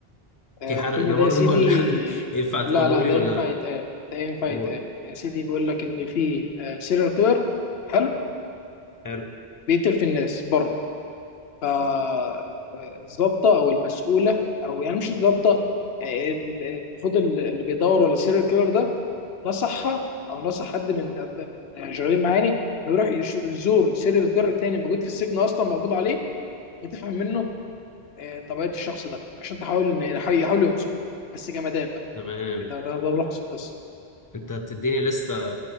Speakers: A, on the left (about 75°); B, on the left (about 25°).
A: آه،
B: في حرق
A: الفيلم
B: ده
A: ده
B: برضه
A: يا سيدي
B: ولا <laughs> ينفع تقولوا
A: لا لا
B: لي
A: ده
B: ولا
A: ينفع
B: لا
A: يتقال ده ينفع
B: قول
A: يتقال يا سيدي بيقول لك ان في سيريال كيلر حلو
B: حلو
A: بيقتل في الناس بره فالظابطة أو المسؤولة أو يعني مش الظابطة يعني المفروض اللي بيدور ولا السيريال كيلر ده نصحها أو نصح حد من من شغالين معاني إنه يروح يش- يزور السيريال كيلر التاني موجود في السجن أصلا مقبوض عليه وتفهم منه آه، طبيعة الشخص ده عشان تحاول إن- يحاول- يحاولوا يمسكوه بس جمدان بقى
B: تمام
A: يعني ده ده ده ملخص القصة
B: انت بتديني لستة